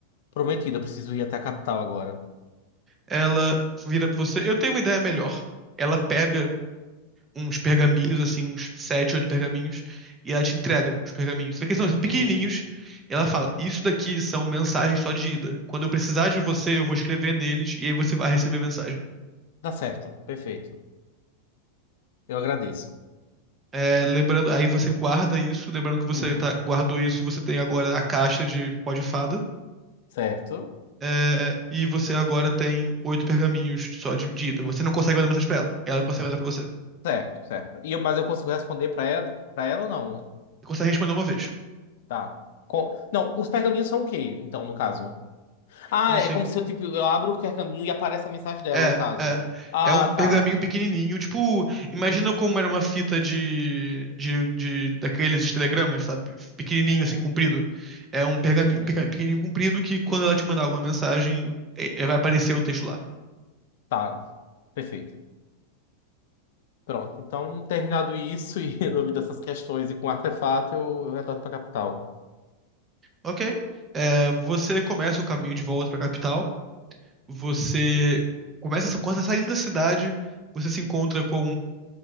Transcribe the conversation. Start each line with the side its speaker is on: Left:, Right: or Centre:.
Left: prometido. Eu preciso ir até a capital agora.
Right: Ela vira pra você, eu tenho uma ideia melhor. Ela pega uns pergaminhos, assim, uns sete, oito pergaminhos, e ela te entrega os pergaminhos. Só que são, são pequenininhos,
Left: Uhum.
Right: e ela fala: Isso daqui são mensagens só de ida. Quando eu precisar de você, eu vou escrever neles, e aí você vai receber a mensagem.
Left: Dá certo, perfeito. Eu agradeço.
Right: É, lembrando, aí você guarda isso, lembrando que você
Left: Uhum.
Right: tá- guardou isso, você tem agora a caixa de pó de fada.
Left: Certo,
Right: é, e você agora tem oito pergaminhos só de, de ida. Você não consegue mandar mensagem pra ela. Ela consegue mandar pra você. Você
Left: certo, certo. E eu- mas eu consigo responder pra ela, para ela ou não?
Right: consegue responder uma vez.
Left: Tá. Com- Não, os pergaminhos são o quê, então, no caso? Ah,
Right: Como
Left: é
Right: assim?
Left: como se eu, tipo, eu abro o pergaminho e aparece a mensagem dela,
Right: É,
Left: no caso.
Right: é.
Left: Ah,
Right: É um pergaminho
Left: tá.
Right: pequenininho. Tipo, imagina como era uma fita de, de, de- daqueles de telegramas, sabe? Pequenininho,
Left: Uhum.
Right: assim, comprido. É um pergaminho
Left: Sim.
Right: peca- pequenininho, comprido, que quando
Left: En-
Right: ela te mandar alguma mensagem, é- é- vai aparecer o texto lá.
Left: Tá, perfeito. Pronto. Então, terminado isso e <laughs> resolvido essas questões e com o artefato, eu, eu retorno pra capital.
Right: Ok? É, você começa o caminho de volta pra capital. Você começa, quando você tá saindo da cidade, você se encontra com